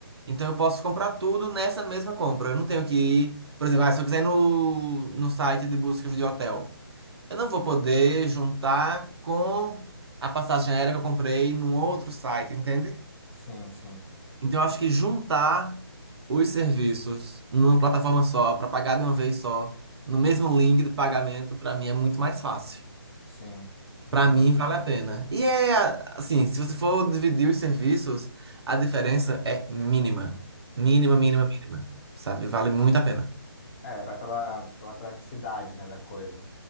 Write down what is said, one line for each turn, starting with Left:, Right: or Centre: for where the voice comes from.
Right: Então eu posso comprar tudo nessa mesma compra. Eu não tenho que ir, por exemplo, ah, se eu quiser ir no, no site de buscas de hotel. Eu não vou poder juntar com a passagem aérea que eu comprei num outro site, entende?
Left: Sim, sim,
Right: Então eu acho que juntar os serviços numa plataforma só, para pagar de uma vez só, no mesmo link de pagamento, para mim é muito mais fácil.
Left: sim, entendi.
Right: Para mim vale a pena. E é a- assim, se você for dividir os serviços, a diferença é mínima. Mínima,
Left: Sim.
Right: mínima, mínima. Sabe? Vale muito a pena.
Left: É, vai pela, pela praticidade, né, da coisa.